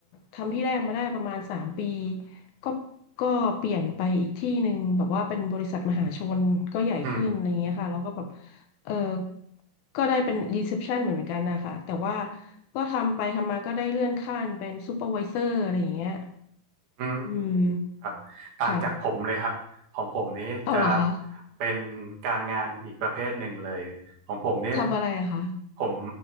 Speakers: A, on the left; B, on the right.
A: ทำที่แรกมาได้ประมาณสามปีก็ก็เปลี่ยนไปอีกที่หนึ่งแบบว่าเป็นบริษัทมหาชนก็ใหญ่ขึ้นอะไรอย่างเงี้ยค่ะแล้วก็แบบ
B: อืม
A: เออ ก็ได้เป็นรีเซพชันเหมือนกันนะคะแต่ว่าก็ทำไปทำมาก็ได้เลื่อนขั้นเป็นซูเปอร์วิเซอร์อะไรอย่างเงี้ย
B: อืม
A: อืม
B: ครับต่างจากผมเลยครับของผมนี้จะ
A: ค่ะเอาเหรอคะ
B: เป็นการงานอีกประเภทหนึ่งเลยของผมเนี่ย
A: ทำอะไรอะคะ
B: ผม